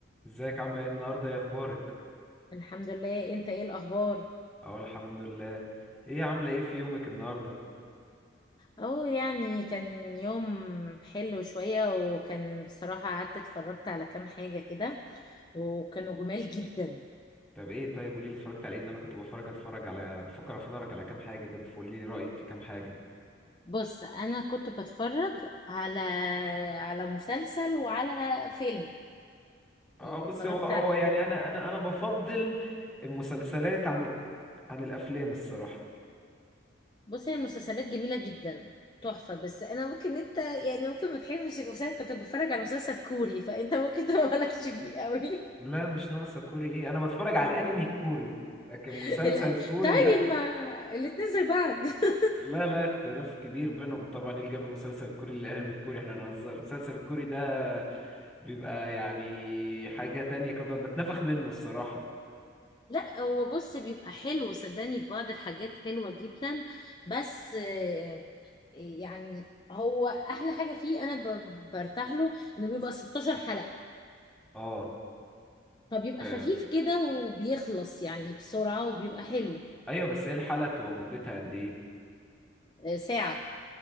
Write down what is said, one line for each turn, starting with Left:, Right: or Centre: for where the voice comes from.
Centre: ازيك عاملة ايه النهاردة يا اخبارك؟
Left: الحمد لله انت ايه الاخبار
Centre: اقول الحمد لله ايه عاملة ايه في يومك النهاردة؟
Left: اهو يعني كان يوم حلو شوية وكان بصراحة قعدت اتفرجت على كام حاجة كده وكانوا جمال جدا
Centre: طب ايه طيب قوليلي اتفرجت على ايه ان انا كنت بفرج اتفرج على بفكر اتفرج على كام حاجة كده فقوليلي رأيك في كام حاجة
Left: بص انا كنت بتفرج على على مسلسل وعلى فيلم
Centre: اه
Left: يعني
Centre: بصي
Left: اتفرجت
Centre: هو هو
Left: على حاجة
Centre: يعني انا انا انا بفضل المسلسلات عن ال... عن الافلام الصراحة
Left: بص هي المسلسلات جميلة جدا تحفة بس انا ممكن انت يعني ممكن ما تحبش المسلسل كنت بتفرج على مسلسل كوري فانت ممكن تبقى مالكش فيه قوي
Centre: لا مش ناقصة كوري ايه انا بتفرج على الانمي الكوري لكن
Left: <laughs>
Centre: مسلسل
Left: لا،
Centre: كوري
Left: طيب
Centre: لا
Left: ما الاتنين زي بعض <laughs>
Centre: لا لا اختلاف كبير بينهم طبعا ايه اللي جاب المسلسل الكوري للانمي الكوري احنا نهزر المسلسل الكوري ده بيبقى يعني حاجة تانية كده ب- بتنفخ منه الصراحة
Left: لا هو بص بيبقى حلو صدقني في بعض الحاجات حلوة جدا بس آه، يعني هو أحلى حاجة فيه أنا ب- برتاح له إنه بيبقى 16 حلقة
Centre: اه
Left: فبيبقى
Centre: فاهم
Left: خفيف كده وبيخلص يعني بسرعة وبيبقى حلو
Centre: ايوه بس هي الحلقة بتبقى مدتها قد ايه
Left: آه، ساعة